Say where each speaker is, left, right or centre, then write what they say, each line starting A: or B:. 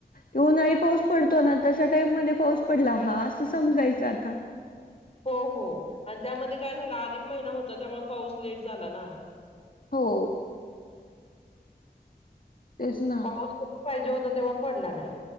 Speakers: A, on the left; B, on the left.
A: ते उन्हाळीत पाऊस पडतो ना तशा टाईम मध्ये पाऊस पडला हा असं समजायच आता.
B: हो हो आणि त्यामध्ये काय झालं अधिक महिना होता त्यामुळे पाऊस लेट झाला ना.
A: हो. तेच ना
B: त्यामुळेस जिथं पाहिजे होता तेव्हा पडला नाही.